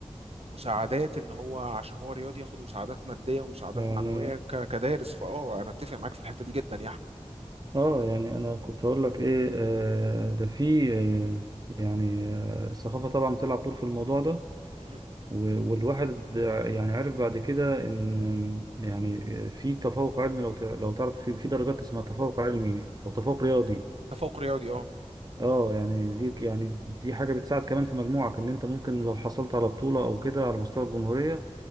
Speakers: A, on the right; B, on the right.
A: مساعدات ان هو عشان هو رياضي ياخد مساعدات ماديه ومساعدات
B: يعني
A: معنويه ك- كدارس فاه انا اتفق معاك في الحته دي جدا يا احمد
B: اه يعني انا كنت هقول لك ايه آه ده في آه يعني آه الثقافه طبعا بتلعب دور في الموضوع ده
A: مهم.
B: و- والواحد يعني عرف بعد كده ان يعني في تفوق علمي لو ت- لو تعرف في في درجات اسمها تفوق علمي او تفوق رياضي
A: تفوق رياضي اه
B: اه يعني دي يعني دي حاجه بتساعد كمان في مجموعك ان انت ممكن لو حصلت على بطوله او كده على مستوى الجمهوريه